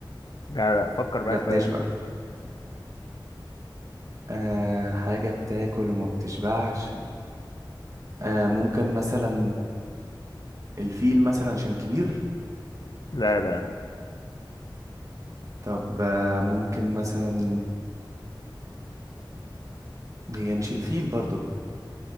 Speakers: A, on the left; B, on the right.
A: لا لا فكر
B: احنا
A: بقى
B: بنشبع
A: شوية انت
B: آه... حاجة بتاكل وما بتشبعش آه ممكن مثلا الفيل مثلا عشان كبير
A: لا لا لا
B: طب آه ممكن مثلا هي مش الفيل برضو